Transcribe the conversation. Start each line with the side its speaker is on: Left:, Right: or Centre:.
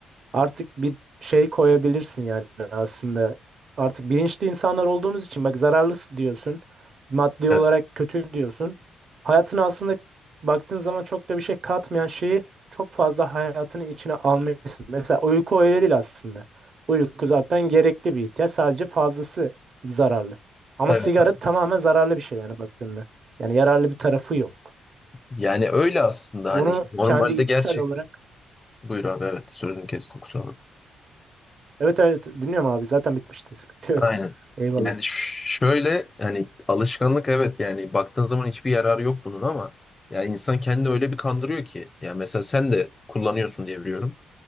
Right: artık bir şey koyabilirsin yani aslında. Artık bilinçli insanlar olduğumuz için bak zararlı diyorsun. Maddi
Left: Evet.
Right: olarak kötü diyorsun. Hayatına aslında baktığın zaman çok da bir şey katmayan şeyi çok fazla hayatının içine almışsın. Mesela uyku öyle değil aslında. Uyku zaten gerekli bir ihtiyaç. Sadece fazlası zararlı. Ama
Left: Evet
Right: sigara
Left: evet.
Right: tamamen zararlı bir şey yani baktığında. Yani yararlı bir tarafı yok.
Left: Yani öyle aslında
Right: Bunu
Left: hani normalde
Right: kendi içsel
Left: gerçek.
Right: olarak
Left: Buyur abi evet sözünü kestim kusura bakma.
Right: Evet evet dinliyorum abi zaten bitmişti sıkıntı yok.
Left: Aynen.
Right: Eyvallah.
Left: Yani ş- şöyle hani alışkanlık evet yani baktığın zaman hiçbir yararı yok bunun ama ya insan kendini öyle bir kandırıyor ki. Yani mesela sen de kullanıyorsun diye biliyorum.